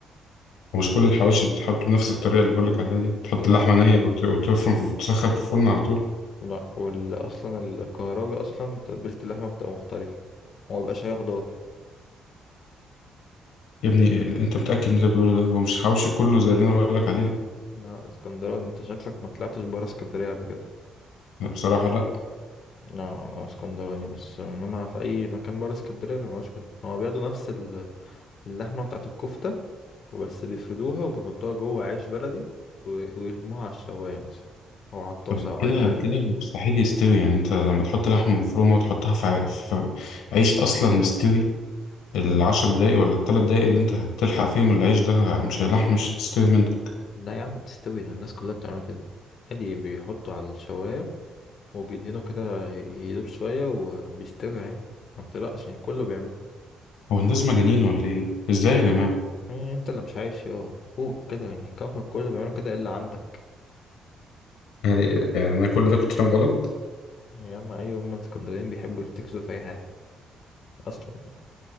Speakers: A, on the left (about 85°); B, on the left (about 60°).
A: ومش كل الحواشي بتتحط بنفس الطريقه اللي بقولك عليها دي تحط
B: لا
A: اللحمه نيه وت- وتفرم في تسخن في الفرن على طول
B: لا وال اصلا الكهراوي اصلا تتبيلة اللحمة بتبقى مختلفة وما بيبقاش عليها خضار
A: يا ابني إيه- انت متاكد ان انت بتقوله ده هو مش حواشي كله زي اللي انا بقولك عليه ده
B: لا الاسكندراني انت شكلك ما طلعتش برا اسكندرية قبل كده
A: لا بصراحه لا
B: لا لا انا اسكندراني بس انما في اي مكان برا اسكندرية مبيبقاش كده هما بياخدوا نفس ال- اللحمة بتاعت الكفتة وبس بيفردوها وبيحطوها جوه عيش بلدي و- ويرموها على الشواية مثلا او على الطاسة
A: طب
B: او
A: كده
B: على الجريل
A: كده مستحيل يستوي يعني انت لما تحط لحمه مفرومه وتحطها في ع- في- في عيش اصلا مستوي العشر
B: لا
A: دقايق ولا التلات دقايق اللي انت هتلحق فيهم العيش ده مش هيلحق مش هتستوي منك
B: لا يا عم تستوي ده الناس كلها بتعمل كده عادي بيحطوا على الشواية وبيدهنوا كده ي- يدوب شوية وبيستوي عادي ما بتقلقش يعني كله بيعملوا كده
A: هو الناس مجانين ولا ايه ازاي يا جماعة
B: يعني انت اللي مش عايش يا فوق كده يعني الكوكب كله بيعملوا كده الا عندك
A: يعني يعني انا كل ده كنت فاهم غلط
B: يا اما ايوه هم الاسكندرانيين بيحبوا يفتكسوا في اي حاجة اصلا